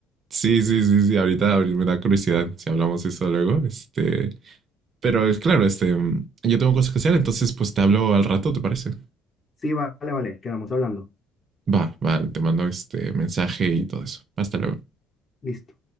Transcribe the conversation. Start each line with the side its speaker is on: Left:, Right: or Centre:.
Right: Sí, sí, sí, sí. Ahorita abri- me da curiosidad si hablamos de eso luego. Este, pero es claro, este, yo tengo cosas que hacer, entonces pues te hablo al rato, ¿te parece?
Left: Sí, vale, vale, quedamos hablando.
Right: Va, va, te mando este mensaje y todo eso. Hasta luego.
Left: Listo.